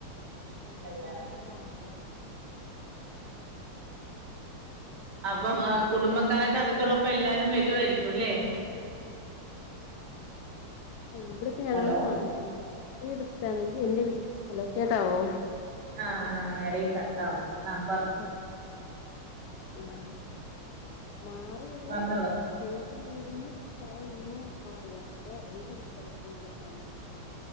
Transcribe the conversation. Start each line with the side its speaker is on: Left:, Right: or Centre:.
Left: ഉം
Right: എല്ലാരും
Left: വ്ടെ കൂടുതൽ അമ്പലവാ
Right: അപ്പം ആഹ് കുടുംബക്കാരൊക്കെ അടുത്തുള്ളപ്പോ എല്ലാരും വരുവായിരിക്കുംല്ലേ
Left: ഇവിടത്തെ ഞങ്ങള്
Right: ഹലോ
Left: മാ <unintelligible> ട്ത്താണെങ്കി എന്റെ വീ ഹലോ കേക്കാവോ
Right: ആഹ് ആഹ് എടയ് കട്ടാവുന്നു ആഹ് പർ
Left: പ്പം ആഹ് മാറിയത്
Right: പറഞ്ഞോളൂ
Left: ചേട്ട്ന്റെവ്ട്ന്ന് കൊറേ ഇങ്ങേ മാറിയേ ഇപ്പൊ <unintelligible> ത്ത് ഞങ്ങള് താമ